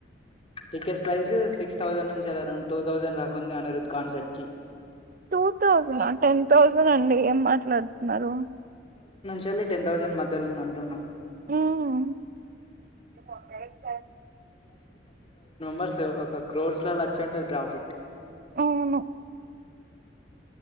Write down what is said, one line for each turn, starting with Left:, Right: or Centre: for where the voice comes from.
Left: ticket price six thousand నుంచి అరౌండ్ టూ థౌజండ్ రాకుంది అనిరుద్ కాన్సెట్ కి
Right: టూ థౌజండ్ టెన్ థౌసండ్ అండి ఎం మాట్లాడుతున్నారు
Left: చలి టెన్ థౌజండ్ మధ్యలో ఉంది అంటున్న
Right: హ్మ్ <unintelligible>
Left: పర్సు ఒక క్రోర్స్ లా లచ్చుంటది ప్రాఫిట్
Right: అవును